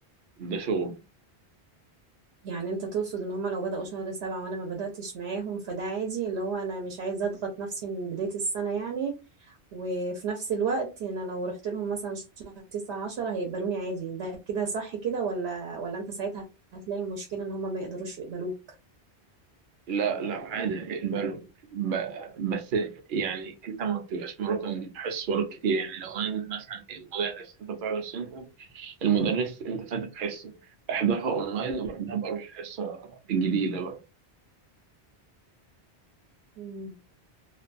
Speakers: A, on the right; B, on the right.
A: ده شغل
B: يعني انت تقصد ان هما لو بدأوا شهر سبعة وانا ما بدأتش معاهم فده عادي اللي هو انا مش عايزة اضغط نفسي من بداية السنة يعني وفي نفس الوقت انا لو رحت لهم مثلا شهر تسعة عشرة هيقبلوني عادي ده كده صح كده ولا ولا انت ساعتها هتلاقي مشكلة ان هما ما يقدروش يقبلوك
A: لا لا عادي اقبله ب- بس يعني انت ما بتبقاش مراكم حصص وراك كتير يعني لو انا مثلا المدرس انت بتعرف انت المدرس انت فاتك حصه احضرها اونلاين وبعدها بقى روح الحصه الجديده بقى
B: مم.